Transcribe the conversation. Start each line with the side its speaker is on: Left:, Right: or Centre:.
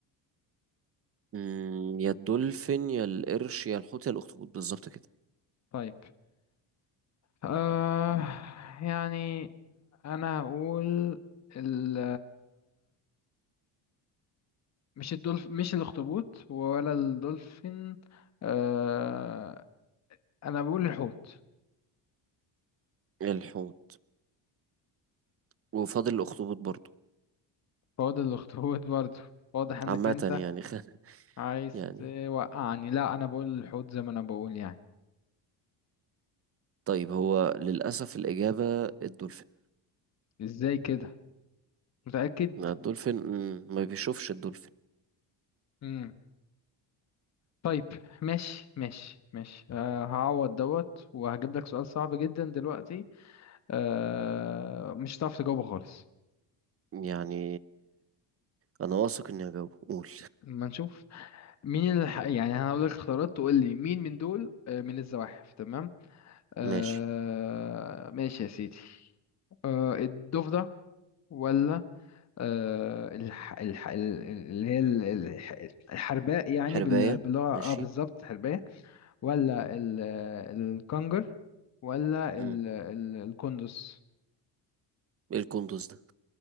Right: مم، يا الدولفين يا القرش يا الحوت يا الأخطبوط بالظبط كده
Left: طيب آه يعني انا هقول ال مش الدولف مش الاخطبوط ولا الدولفين آه انا بقول الحوت
Right: الحوت وفاضل الأخطبوط برضو
Left: هو ده الاخطبوط برضه واضح انك
Right: عامة
Left: انت
Right: يعني خ...
Left: عايز
Right: يعني
Left: توقعني لا انا بقول الحوت زي ما انا بقول يعني
Right: طيب هو للأسف الإجابة الدولفين
Left: ازاي كده متأكد
Right: ما الدولفين مم، ما بيشوفش الدولفين
Left: امم طيب ماشي ماشي ماشي آه هعوض دوت وهجيب لك سؤال صعب جدا دلوقتي آه، مش هتعرف تجاوبه خالص
Right: يعني أنا واثق إني هجاوب قول
Left: ما نشوف مين اللي ح- يعني انا هقول لك اختيارات تقول لي مين من دول آه، من الزواحف تمام
Right: <laughs>
Left: آه
Right: ماشي
Left: ماشي يا سيدي آه الضفدع ولا آه الح... الح... ال- اللي هي ال- الح... الحرباء يعني
Right: حرباية
Left: بال... باللغة
Right: ماشي
Left: اه بالظبط حرباء ولا ال... الكنجر ولا
Right: مم.
Left: ال... ال... الكندس
Right: إيه القندوز ده؟